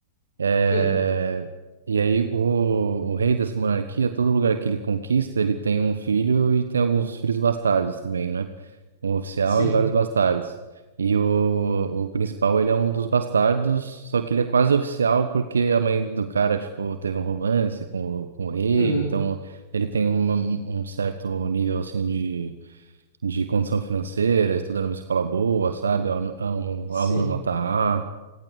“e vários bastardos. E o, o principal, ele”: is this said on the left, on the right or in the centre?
Right